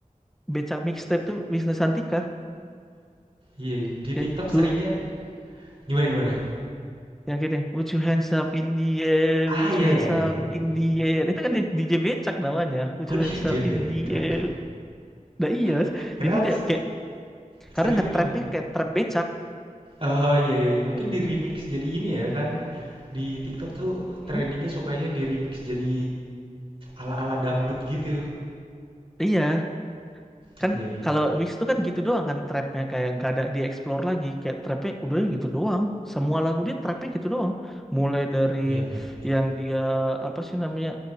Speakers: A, in the centre; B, on the right (about 40°).
A: Becak Mixtape tuh Wisnu Santika.
B: Iya, <laughs> yeah, di
A: Ya,
B: TikTok
A: ku
B: seringnya gimana gimana?
A: yang gini, Would you hands up in the air,
B: Ah
A: would
B: iya
A: you hands
B: iya iya
A: up
B: itu.
A: in
B: itu.
A: the air. Itu kan di- DJ Becak namanya, would
B: Oh
A: you
B: DJ
A: hands up
B: Becak.
A: in the air. Nah iya, Mas.
B: <laughs> Kenapa
A: jadi dia kayak
B: seringnya
A: karena nge-trapnya
B: dimainin?
A: kayak trap becak
B: Oh, iya iya, iya. mungkin di-remix jadi ini ya kan, di TikTok tuh
A: Mm.
B: trendingnya sukanya di-remix jadi ala-ala dangdut gitu.
A: Iya,
B: Iya
A: kan
B: iya,
A: kalau Wings itu kan gitu doang kan trapnya kayak nggak ada dieksplor lagi, kayak trapnya udah gitu doang. Semua lagu dia trapnya gitu doang. Mulai dari
B: iya mirip-mirip.
A: yang dia apa sih namanya